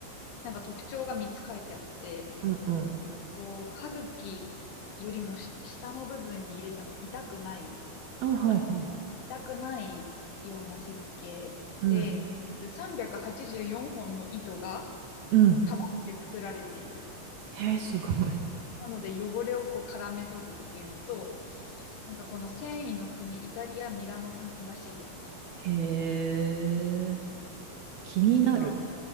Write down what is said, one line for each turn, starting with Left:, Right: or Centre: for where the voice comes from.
Left: なんか特徴が3つ書いてあって、
Right: うんうん。
Left: こう、歯茎よりもし下の部分に入れても痛くない、
Right: あ、はいはい。
Left: まあ、痛くないような設計で、
Right: うん。
Left: 384本の糸が、
Right: うん。
Left: かばって作られている。
Right: へえ、すごい。
Left: なので汚れをこう絡め取るっていうのと、なんかこの繊維の国、イタリア・ミラノ産らしいですね。
Right: へえ、気になる。
Left: なんか、